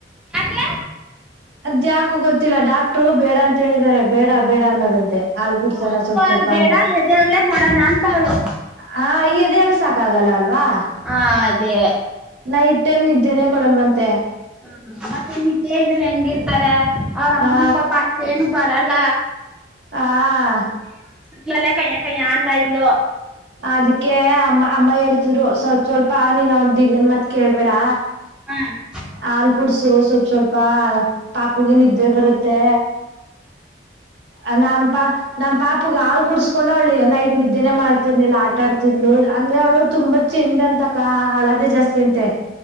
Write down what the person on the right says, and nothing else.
ಅದ್ಯಾಕೋ ಗೊತ್ತಿಲ್ಲ ಡಾಕ್ಟ್ರು ಬೇಡ ಅಂತ ಹೇಳಿದ್ದಾರೆ ಬೇಡ ಬೇಡ ಅನ್ನೋದಂತೆ. ಹಾಲ್ ಕುಡ್ಸೋಣ
ಸ್ವಲ್ಪ
ಸ್ವಲ್ಪ
ಅಂದ
ಹ ಈ ಎದೆ ಹಾಲ್ ಸಾಕಾಗಲ್ಲ ಅಲ್ವಾ.
ನೈಟ್ ಟೈಮ್ ನಿದ್ದೇನೇ ಕೊಡಲ್ವಂತೆ.
ಆ
ಹಾಆ
ಅದಕ್ಕೆ ಅಮ್ಮ ಅಮ್ಮ ಹೇಳ್ತಿದ್ರು ಸ್ವಲ್ಪ ಸ್ವಲ್ಪ ನೀನ್ ಅವ ದಿವ್ಯನ್ ಮತ್ ಕೇಳ್ಬೇಡ.
ಹಾಲ್ ಕುಡ್ಸು ಸ್ವಲ್ಪ್ ಸ್ವಲ್ಪ ಪಾಪುಗೆ ನಿದ್ದೆ ಬರುತ್ತೆ. ಅಲ್ನಪ. ನಮ್ ಪಾಪುಗೆ ಹಾಲ್ ಕುಡ್ಸ್ಕೊಂಡ್ ಅವ್ಳು ನೈಟ್ ನಿದ್ದೆನೆ ಮಾಡ್ತರ್ನಿಲ್ಲ ಆಟಾಡ್ತಿದ್ಲು ಅಂದ್ರೆ ಅವಳು. ತುಂಬಾ ಚೆಂಡ್ ಅಂತಕ್ಕ ಅಳದೇ ಜಾಸ್ತಿ ಅಂತೆ.